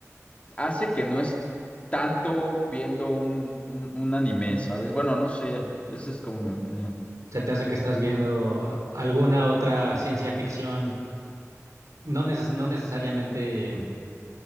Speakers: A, on the left (about 25°); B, on the right (about 80°).
A: hace que no es tanto viendo un, un- un anime, ¿sabes? Bueno, no sé. Esa es como mi opinión.
B: Se te hace que estás viendo a- alguna otra ciencia ficción, no neces- no necesariamente